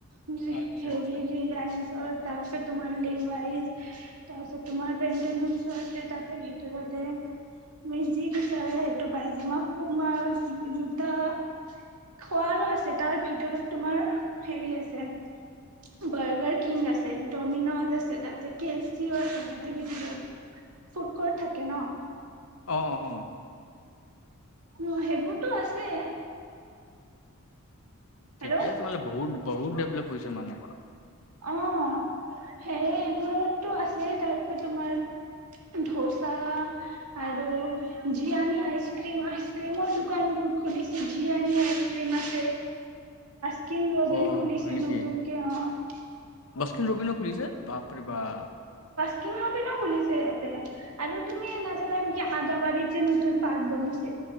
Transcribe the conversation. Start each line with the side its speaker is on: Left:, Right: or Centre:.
Right: হেৰি
Left: আচ্ছা, আচ্ছা
Right: ৰিলায়েনচৰ তাৰপিছত তোমাৰ লেভাইজ তাৰপিছত তোমাৰ পেন্তলচো আছে। তাতে ভিতৰতে তুমি যি বিচাৰে সেইটো পাই যাম। পুমা জো এ খোৱাৰো আছে তাৰ ভিতৰত তোমাৰ হেৰি আছে। বাৰ্গাৰ কিং আছে, ডমিন'জ আছে, তাতে কেফ চিও আছে তাতে ভিতৰত ফুড কৰ্ট থাকে ন।
Left: অ', অ', অ'।
Right: অ' সেইবোৰতো আছে।
Left: ঠিকে
Right: হেল্ল'
Left: আছে মানে বহুত। বহুত ডেভলপ হৈছে মানে।
Right: অ' সেই-এইবোৰতটো আছেই। তাৰপিছত তোমাৰ ধোচা আৰু জীয়ণী আইচক্ৰীম, আইচক্ৰীমৰ দোকান বহুত খুলিছে। জীয়ণী আইচক্ৰীম আছে। বস্কিন ৰবিন
Left: অ',
Right: খুলিছে
Left: হয় নেকি
Right: নতুন কে অ'।
Left: বাস্কিন ৰবিনো খুলিছে? বাপ ৰে বাপ।
Right: কিন ৰবিনো খুলিছে ইয়াতে। আৰু তুমি নাজানা নেকি, আদাবাৰীত যে ন নতুন পাৰ্ক বনিছে।